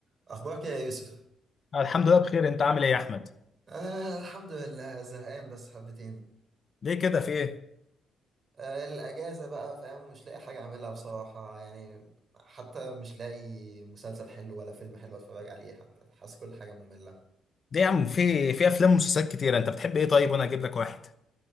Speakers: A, on the right; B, on the left.
A: اخبارك يا يوسف
B: الحمد لله بخير انت عامل ايه يا احمد
A: آه الحمد لله زهقان بس حبتين
B: ليه كده في ايه
A: آه الاجازه بقى فاهم مش لاقي حاجه اعملها بصراحه يعني حتى مش لاقي مسلسل حلو ولا فيلم حلو اتفرج عليه حتى حاسس كل حاجه ممله
B: ليه يا عم في في افلام ومسلسلات كتيره انت بتحب ايه طيب وانا اجيب لك واحد